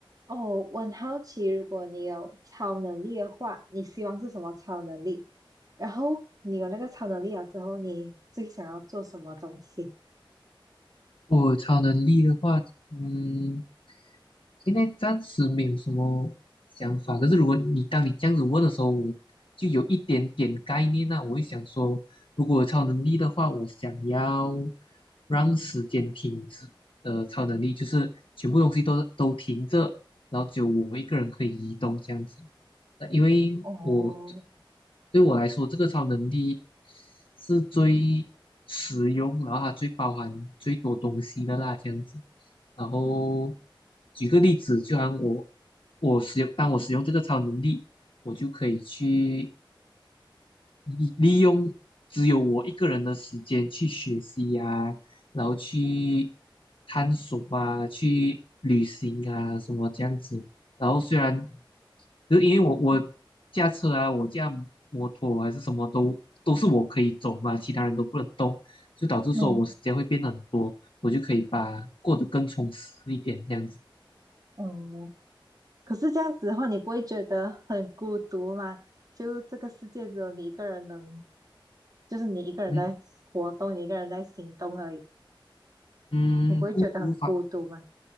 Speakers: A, on the right (about 45°); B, on the left (about 80°).
A: 哦，我很好奇，如果你有超能力的话，你希望是什么超能力？然后你有那个超能力了之后，你最想要做什么东西？
B: 我超能力的话，嗯，现在暂时没有什么想法。可是如果你当你这样子问的时候，我就有一点点概念那我会想说，如果有超能力的话，我想要让时间停止的超能力，就是全部东西都都停着，然后只有我一个人可以移动这样子。呃因为我
A: 哦，
B: 对我来说，这个超能力是最实用，然后它最包含最多东西的啦，这样子。然后举个例子，就像我我使用，当我使用这个超能力，我就可以去利利用只有我一个人的时间去学习呀、然后去探索啊，去旅行啊，什么这样子。然后虽然，就是因为我我驾车啊，我驾摩托还是什么都都是我可以走嘛，其他人都不能动，就导致说我时间会变得很多，
A: 嗯，
B: 我就可以把过得更充实一点这样子。
A: 哦，可是这样子的话，你不会觉得很孤独吗？就这个世界只有你一个人能就是你一个人在活动，
B: 嗯
A: 你一个人在行动而已，
B: 嗯，
A: 你不会觉得很孤独吗？
B: 不无法。